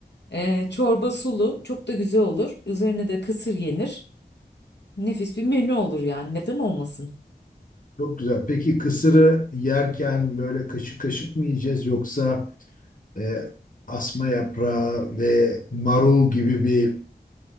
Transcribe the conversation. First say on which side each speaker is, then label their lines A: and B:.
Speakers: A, on the left (about 85°); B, on the left (about 50°).
A: Ee, çorba sulu çok da güzel olur. Üzerine de kısır yenir. Nefis bir menü olur yani neden olmasın?
B: Çok güzel. Peki kısırı yerken böyle kaşık kaşık mı yiyeceğiz yoksa e, asma yaprağı ve marul gibi bir